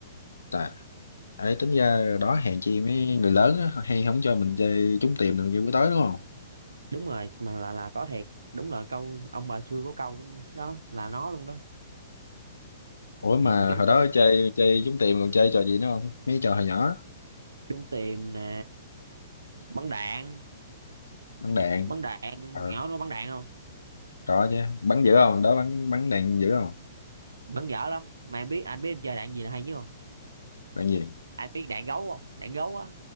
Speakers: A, on the left; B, on the right.
A: tại ấy tính ra đó hèn chi mấy người lớn á, hay không cho mình chơi trốn tìm rồi kêu buổi tối đúng không?
B: đúng rồi mà là là có thiệt đúng là câu ông bà xưa có câu đó là nó luôn đó
A: ủa
B: ừ,
A: mà
B: trốn
A: hồi
B: tìm
A: đó chơi chơi trúng tiền còn chơi trò gì nữa không mấy trò hồi nhỏ
B: trốn tìm nè bắn đạn
A: bắn đạn
B: bắn đạn
A: ờ
B: ảo nó bắn đạn không
A: có chứ bắn dữ không đó bắn bắn đạn dữ không
B: bắn dở lắm mà em biết anh biết em chơi đạn gì là hay chứ không
A: đạn gì
B: anh biết đạn gấu không đạn gấu á